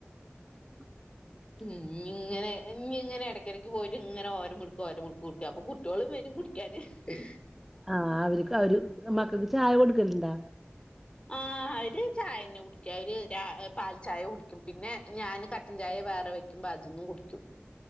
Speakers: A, in the centre; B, on the left.
A: <inaudible>
B: ഉം ഇങ്ങനെ നീ ഇങ്ങനെ ഇടക്കിടക്ക് പോയിട്ട് ഇങ്ങനെ ഓരോ മുറ്ക്ക് ഓരോ മുറുക്ക് കുടിക്കും അപ്പൊ കുട്ടിയോള് വരും കുടിക്കും <unintelligible>
A: ആഹ് അവരിക്ക് അവര് മക്കൾക്ക് ചായ കൊടുക്കലുണ്ടാ
B: ആഹ് അവര് ചായ തന്നെ കുടിക്കും അവര് ര പാൽ ചായ കുടിക്കും പിന്നെ ഞാന് കട്ടൻ ചായ വേറെ വെക്കും <unintelligible> കുടിക്കും